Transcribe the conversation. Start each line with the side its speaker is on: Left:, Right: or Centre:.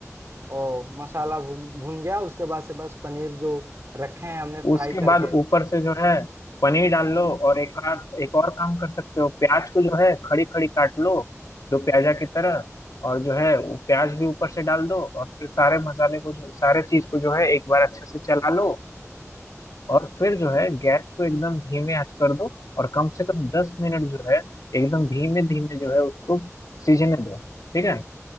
Right: ओ मसाला भून भून गया उसके बाद से बस पनीर जो रखे हैं हमने फ्राई
Left: उसके
Right: करके
Left: बाद ऊपर से जो है पनीर डाल लो और एक आध एक और काम कर सकते हो प्याज को जो है खड़ी खड़ी काट लो दो प्याजा की तरह और जो है वो प्याज भी ऊपर से डाल दो और फिर सारे मसाले को जो सारे चीज को जो है एक बार अच्छे से चला लो और फिर जो है गैस को एकदम धीमे आंच कर दो और कम से कम दस मिनट जो है एकदम धीमे धीमे जो है उसको सीजने दो ठीक है